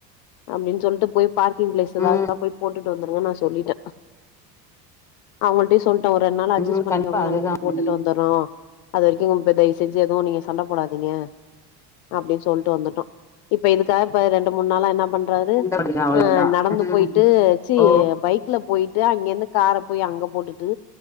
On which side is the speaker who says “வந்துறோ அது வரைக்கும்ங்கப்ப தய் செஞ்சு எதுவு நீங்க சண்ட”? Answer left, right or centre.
Left